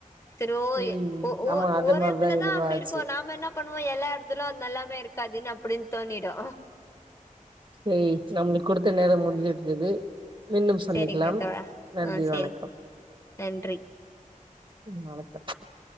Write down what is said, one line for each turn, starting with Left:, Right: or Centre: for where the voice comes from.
Left: சேரி ஓ ஓ
Right: ம்
Left: ஏ ஓ
Right: ஆமா அது
Left: ஒரு
Right: மாரிதா
Left: இடத்துலதா
Right: எங்களுக்கு
Left: அப்டி
Right: ஆச்சு
Left: இருக்கு நாம என்ன பண்ணுவோ எல்லா இடத்துலயு அது நல்லாமே இருக்காதுன்னு அப்டின்னு தோணிடு
Right: சேரி சேரி நம்மளுக்கு குடுத்த நேரம் முடிஞ்சிடுந்தது மீண்டும் சந்திக்கலாம்
Left: சரிங்க தோழா
Right: நன்றி
Left: ஆ சரிங்க
Right: வணக்கம்
Left: நன்றி
Right: செரி நாளைக்கி கால் பண்றே